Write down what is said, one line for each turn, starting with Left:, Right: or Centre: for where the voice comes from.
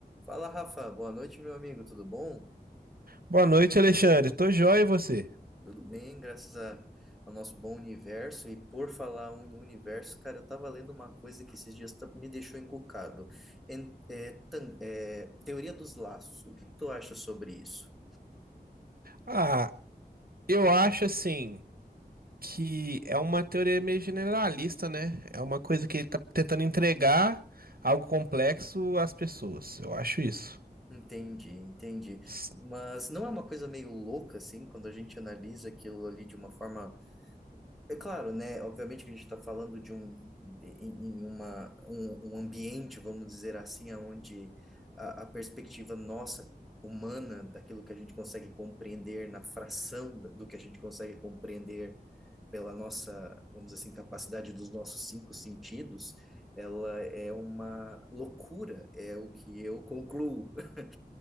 Centre: Fala, Rafa. Boa noite, meu amigo. Tudo bom?
Right: Boa noite, Alexandre. Tô joia e você?
Centre: Tudo bem, graças a- ao nosso bom universo. E por falar um em universo, cara, eu tava lendo uma coisa que esses dias tá- me deixou encucado. En- é, tan- é, teoria dos laços. O que que tu acha sobre isso?
Right: Ah, eu acho assim que é uma teoria meio generalista, né? É uma coisa que ele tá tentando entregar algo complexo às pessoas. Eu acho isso.
Centre: Entendi, entendi.
Right: S-
Centre: Mas não é uma coisa meio louca, assim, quando a gente analisa aquilo ali de uma forma É claro, né? Obviamente que a gente está falando de um, em em uma, um, um ambiente, vamos dizer assim, onde a, a perspectiva nossa, humana, daquilo que a gente consegue compreender na fração da- do que a gente consegue compreender pela nossa, vamos dizer assim, capacidade dos nossos cinco sentidos, ela é uma loucura, é o que eu concluo. <laughs>